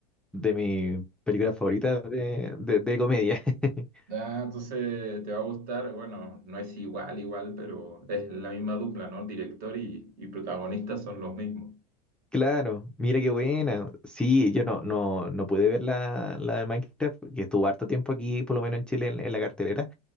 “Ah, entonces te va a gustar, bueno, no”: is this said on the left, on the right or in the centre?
Right